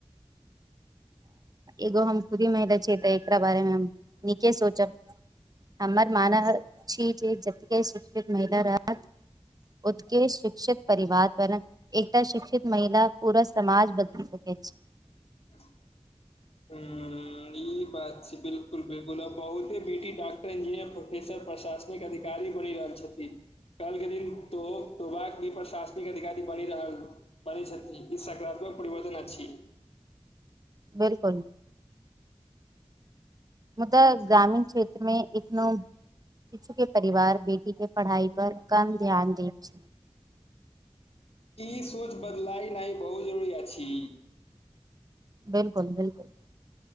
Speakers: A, on the right; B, on the left.
A: एगो हम खुदी महिला छिय तऽ एकरा बारेमे हम नीके सोचब हमर मानऽ छी जे जतेके शिक्षित महिला रहत उके शिक्षित परिवार पर एक शिक्षित महिला पूरा समाज बदलि सकैत छै
B: ह <inaudible> हँ ई बात छै बिलकुल बिलकुल आब बहुते बेटी डॉक्टर इंजीनियर प्रोफ फेसर प्रशासनिक अधिकारी बनि रहल छथि काल्हि के दिन तो प्रोबा भी प्रशासनिक अधिकारी बनि रहल बनै छथि ई सकारात्मक परिवर्तन अछि
A: बिलकुल मुदा ग्रामीण क्षेत्रमे एखनो इच्छूके परिवार बेटी केँ पढ़ाइ पर कम ध्यान दैत छै
B: ई सोच बदलायनाइ बहुत जरूरी अछि
A: बिल्कुल बिल्कुल